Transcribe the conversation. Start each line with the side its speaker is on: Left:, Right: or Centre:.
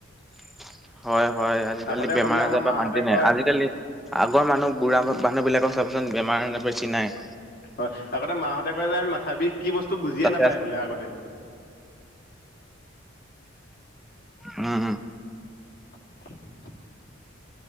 Centre: স <unintelligible> হয় হয় আজিকালি
Left: আগতে
Centre: বেমাৰ
Left: বোলে
Centre: আজাৰ
Left: আমাৰ মাহঁতে
Centre: পৰা শান্তি
Left: কয়
Centre: নাই, আজিকালি আগৰ মানুহ বুঢ়া মানুহ বিলাক অহ চাওকচোন বেমাৰে বেছি নাই
Left: হয় আগতে মাহঁতে কয় যে আমি মাথা বিষ কি বস্তু বুজিয়ে
Centre: তাতে
Left: নাপায়
Centre: আছে
Left: বোলে আগতে
Centre: উম উম
Left: <unintelligible>